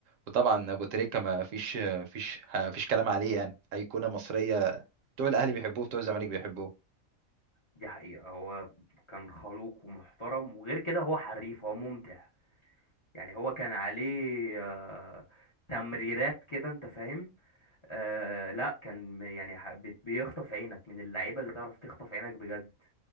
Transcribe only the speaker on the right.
وطبعا أبو تريكة ما فيش فيش فيش كلام عليه يعني أيقونة مصرية بتوع الأهلي بيحبوه بتوع الزمالك بيحبوه